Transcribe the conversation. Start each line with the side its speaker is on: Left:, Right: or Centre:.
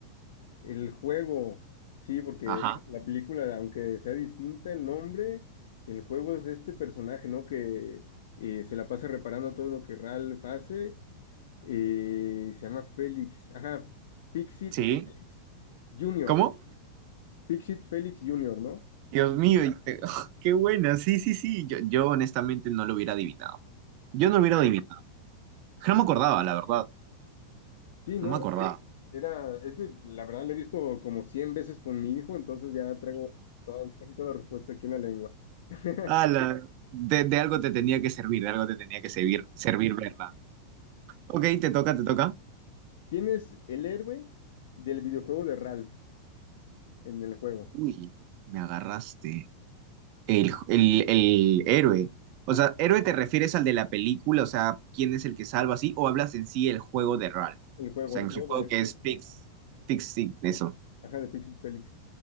Left: el juego, sí, porque
Right: Ajá.
Left: la película, aunque sea distinta el nombre, el juego es de este personaje, ¿no? Que eh, se la pasa reparando todo lo que Ralph hace. eh, se llama Félix, ajá, Fixit
Right: ¿Sí?
Left: Félix Jr.,
Right: ¿Cómo?
Left: Fixit Félix Junior, ¿no?
Right: Dios mío, y te- <laughs> qué buena. Sí, sí, sí. Yo, yo honestamente no lo hubiera adivinado. Yo no lo hubiera adivinado. No me acordaba, la verdad.
Left: Sí, no,
Right: No me acordaba.
Left: era, era- es que la verdad lo he visto como 100 veces con mi hijo, entonces ya traigo todas- casi toda la respuesta aquí en la lengua. <laughs>
Right: Ala, de, de algo te tenía que servir, de algo te tenía que servir, servir verla. Ok, te toca, te toca.
Left: ¿Quién es el héroe del videojuego de Ralph en el juego?
Right: Uy, me agarraste. el, el, el héroe. O
Left: Ajá,
Right: sea, héroe te refieres al de la película, o sea, quién es el que salva así, o hablas en sí el juego de Ralph.
Left: el juego,
Right: O sea,
Left: el
Right: en
Left: juego
Right: su juego
Left: de,
Right: que
Left: de-
Right: es Fix, Fix, sí, eso.
Left: ajá, de Fix It Felix.